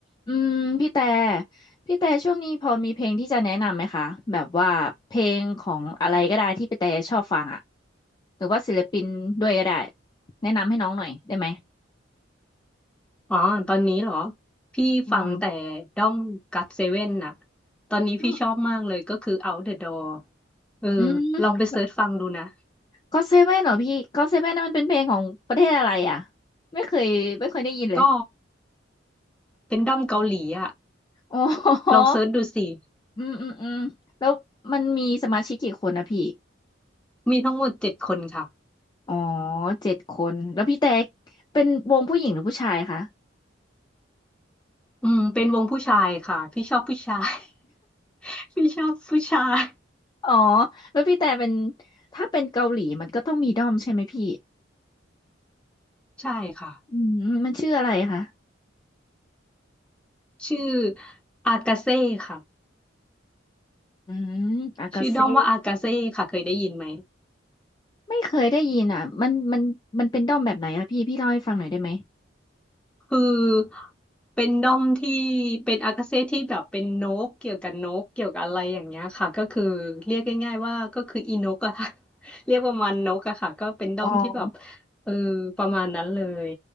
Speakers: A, on the left; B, in the centre.
A: อืมพี่แต่พี่แต่ช่วงนี้พอมีเพลงที่จะแนะนำไหมคะแบบว่าเพลงของอะไรก็ได้ที่พี่แต่ชอบฟังอ่ะหรือว่าศิลปินด้วยก็ได้แนะนำให้น้องหน่อยได้ไหม
B: อ๋อตอนนี้เหรอ พี่ฟังแต่ด้อมกัดเซเว่นน่ะ
A: อืม
B: ตอนนี้พี่ชอบมากเลยก็คือ
A: ก็
B: Out the Door เออ
A: อืม
B: ลองไปเสิร์ชฟังดูนะ
A: ก็เซเว่นเหรอพี่ก็เซเว่นนมันเป็นเพลงของประเทศอะไรอ่ะไม่เคยไม่เคยได้ยินเลย
B: ก็เป็นด้อมเกาหลีอ่ะ
A: โอ๋อ
B: ลองเสิร์ชดูสิ
A: อืมอืมอืมแล้วมันมีสมาชิกกี่คนนะพี่
B: มีทั้งหมดเจ็ดคนค่ะ
A: อ๋อเจ็ดคนแล้วพี่แต่เป็นวงผู้หญิงหรือผู้ชายคะ
B: อืมเป็นวงผู้ชายค่ะพี่ชอบผู้ชาย <laughs> พี่ชอบผู้ชาย
A: อ๋อแล้วพี่แต่เป็นถ้าเป็นเกาหลีมันก็ต้องมีด้อมใช่ไหมพี่
B: ใช่ค่ะ
A: อืมมันชื่ออะไรคะ
B: ชื่ออากาเซ่ค่ะ
A: อืมอากาเซ่
B: ชื่อด้อมว่าอากาเซ่ค่ะเคยได้ยินไหม
A: ไม่เคยได้ยินอ่ะมันมันมันเป็นด้อมแบบไหนล่ะพี่พี่เล่าให้ฟังหน่อยได้ไหม
B: คือเป็นด้อมที่เป็นอากาเซ่ที่แบบเป็นนกเกี่ยวกับนกเกี่ยวกับอะไรอย่างเงี้ยค่ะก็คือเรียกง่ายๆว่าก็คืออีนกอะค่ะ <laughs> เรียกประมาณนกอะค่ะก็เป็นด้อมที่แบบ
A: อ๋อ
B: เออประมาณนั้นเลย